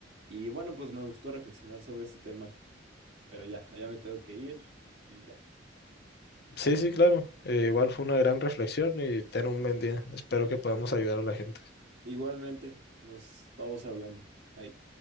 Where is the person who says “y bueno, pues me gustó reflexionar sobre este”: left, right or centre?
Right